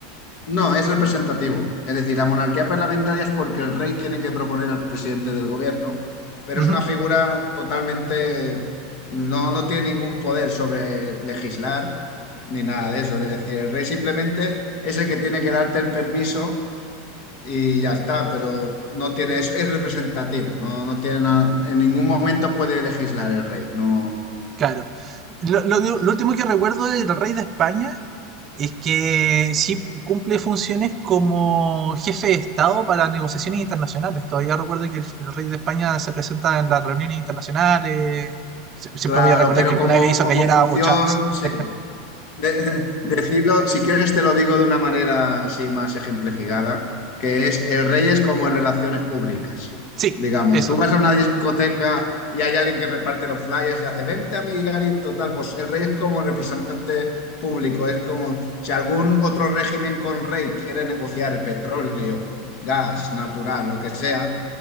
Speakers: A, on the left; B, on the right.
A: No, es representativo. Es decir, la monarquía parlamentaria es porque el rey tiene que proponer al presidente del gobierno, pero
B: Uh
A: es
B: -huh,
A: una figura totalmente, no, no tiene ningún poder sobre legislar ni nada de eso. Es decir, el rey simplemente es el que tiene que darte el permiso y ya está, pero no tiene, es, es representativo, no, no tiene nada, en ningún momento puede legislar el rey, no,
B: claro. Lo, lo, lo, último que recuerdo del rey de España es que sí cumple funciones como jefe de Estado para negociaciones internacionales. Todavía recuerdo que el, el rey de España se presenta en las reuniones internacionales. Siempre
A: claro,
B: voy a recordar
A: pero
B: que alguna
A: como,
B: vez hizo
A: como
B: callar
A: función,
B: a Hugo Chávez.
A: sí.
B: <laughs>
A: de- <laughs> decirlo, si quieres te lo digo de una manera así más ejemplificada, que es el rey es como en relaciones públicas.
B: sí,
A: Digamos,
B: eso.
A: tú vas a una discoteca y hay alguien que reparte los flyers y hace, vente amiguito, tal, pues el rey es como representante público, es como si algún otro régimen con rey quiere negociar petróleo, gas, natural, lo que sea,